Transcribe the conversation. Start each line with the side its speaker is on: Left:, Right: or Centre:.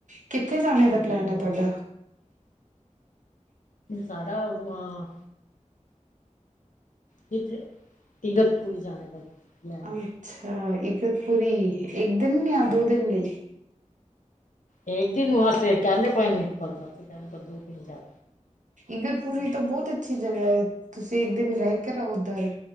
Right: ਕਿੱਥੇ ਜਾਣੇ ਦਾ
Left: ਓਹੀਓ
Right: ਪਲੈਨ ਹੈ
Left: ਹਾਂ।
Right: ਤੁਹਾਡਾ
Left: ਸਾਡਾ ਹੂੰ ਆਂ ਕਿੱਥੇ, ਇਗਤਪੁਰੀ ਜਾਣੇ ਦਾ। ਪਲੈਨ
Right: ਅੱਛਾ ਇਗਤਪੁਰੀ, ਇੱਕ ਦਿਨ ਜਾਂ ਦੋ
Left: ਹਾਂ
Right: ਦਿਨ ਲਈ।
Left: ਏਕ ਦਿਨ ਵਾਸਤੇ ਕਹਿੰਦੇ ਕੋਈ ਨੀ ਖੁੱਲਦਾ ਓਥੇ, ਕਹਿੰਦੇ ਦੋ ਦਿਨ ਜਾ
Right: ਇਗਤਪੁਰੀ ਤਾਂ ਬਹੁਤ ਅੱਛੀ ਜਗ੍ਹਾ ਐ, ਤੁਸੀਂ ਇੱਕ ਦਿਨ ਰਹਿ ਕਰ ਆਓ ਉੱਧਰ।